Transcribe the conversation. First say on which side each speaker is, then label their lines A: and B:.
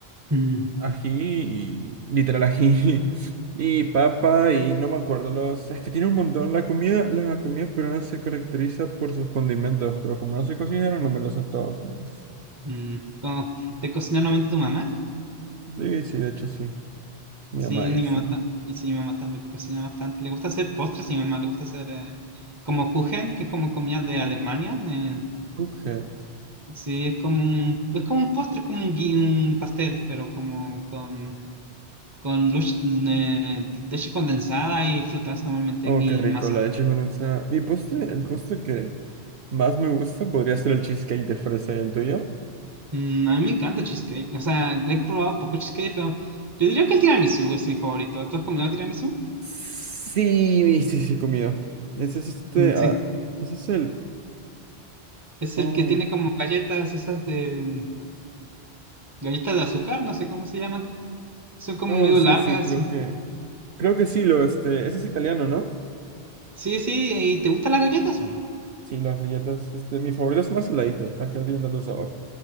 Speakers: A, on the right; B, on the right.
A: Mm.
B: ají y literal ají y papa y no me acuerdo los. Es que tiene un montón. La comida, la comida peruana se caracteriza por sus condimentos, pero como no soy cocinero, no me los sé todos. entonces-
A: Mm, ¿cómo? ¿Te cocina normalmente tu mamá?
B: Sí, sí, de hecho sí. Mi
A: Sí,
B: mamá ahí
A: mi
B: está.
A: mamá
B: ¿no?
A: tam- y sí, mi mamá también cocina bastante. Le gusta hacer postres, y mi mamá le gusta hacer eh, como Kuchen, que es como comida de Alemania. eh,
B: Cujat.
A: sí, es como un, es como un postre, es como un, gui- un pastel, pero como con, con lush- eh, leche condensada y frutas normalmente
B: Oh,
A: y
B: qué rico,
A: en masa.
B: la leche condensada. Mi postre, el postre que más me gusta podría ser el cheesecake de fresa y el tuyo.
A: Mm, a mí me encanta cheesecake. O sea, he probado poco cheesecake, pero yo diría que el tiramisú es mi favorito. ¿Tú has comido tiramisú?
B: Sí, sí, sí, he comido. Ese es este,
A: Mm,
B: ah,
A: Sí,
B: ese es el,
A: Es
B: oh,
A: el que tiene como galletas, esas de mm, galletas de azúcar, no sé cómo se llaman. Son como
B: oh,
A: medio
B: sí,
A: largas
B: sí, creo
A: y...
B: que, creo que sí, lo, este, ese es italiano, ¿no?
A: Sí, sí, ¿y te gustan las galletas o no?
B: Sí, las galletas, este, mis favoritas son más saladitas, las que no tienen tanto sabor.